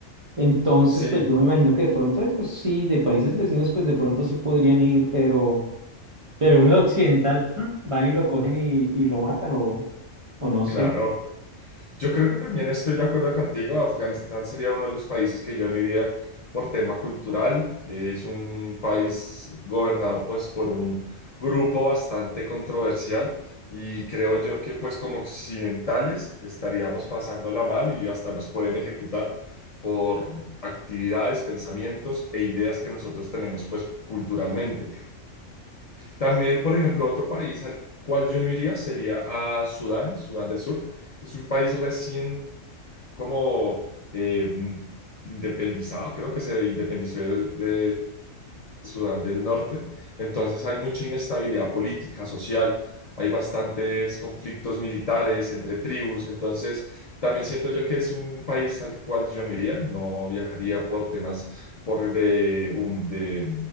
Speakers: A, on the right (about 40°); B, on the left (about 75°).
A: Entonces,
B: Sí,
A: pues yo me imagino que de pronto, eh, pues sí, de países vecinos, pues de pronto sí podrían ir, pero... Pero uno de occidental, mm, van y lo cogen y, y lo matan o, o no sé.
B: claro. Yo creo que también estoy de acuerdo contigo. Afganistán sería uno de los países que yo no iría por tema cultural. Es un país gobernado pues por un grupo bastante controversial y creo yo que pues como occidentales estaríamos pasándola mal y hasta nos pueden ejecutar por actividades, pensamientos e ideas que nosotros tenemos pues culturalmente. También, por ejemplo, otro país al cual yo no iría sería a Sudán, Sudán del Sur. Es un país recién como eh, independizado, creo que se independizó de, de Sudán del Norte. Entonces hay mucha inestabilidad política, social, hay bastantes conflictos militares entre tribus. Entonces también siento yo que es un país al cual yo no iría, no viajaría por temas por de, um, de